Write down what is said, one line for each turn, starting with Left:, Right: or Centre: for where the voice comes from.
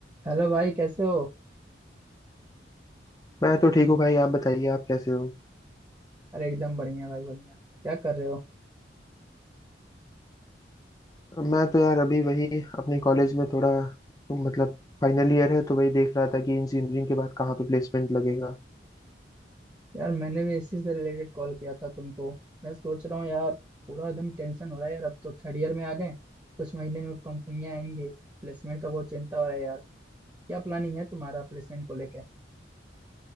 Right: Hello भाई कैसे हो
Left: मैं तो ठीक हूँ भाई आप बताइए आप कैसे हो
Right: अरे एकदम बढ़िया भाई बढ़िया क्या कर रहे हो
Left: मैं तो यार अभी वही अपने कॉलेज में थोड़ा मतलब फाइनल ईयर है तो वही देख रहा था कि इंजीनियरिंग के बाद कहाँ पे प्लेसमेंट लगेगा
Right: यार मैंने भी इसी से रिलेटेड कॉल किया था तुमको मैं सोच रहा हूँ यार पूरा एकदम टेंशन हो रहा है यार अब तो थर्ड ईयर में आ गए कुछ महीने में कंपनियां आएंगी प्लेसमेंट का बहुत चिंता हो रहा है यार क्या प्लानिंग है तुम्हारा प्लेसमेंट को लेकर